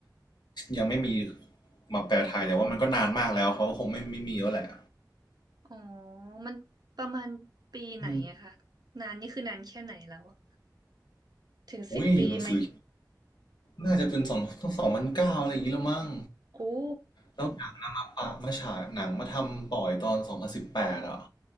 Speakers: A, on the left; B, on the right.
A: ยังไม่มีมาแปลไทยแต่ว่ามันก็นานมากแล้วเขาก็คงไม่ไม่มีแล้วแหละ
B: อ๋อมันประมาณปีไหนอะคะ
A: อืม
B: นานนี่คือนานแค่ไหนแล้วอะถึงสิบปีไหม
A: อุ้ยหนังสือ น่าจะเป็นสอง <laughs> สองพันเก้าอะไรอย่างนี้แล้วมั้ง
B: โอ้
A: แล้วหนังนะมาปะมาฉายหนังมาทำปล่อยตอนสองพันสิบแปดอ่ะ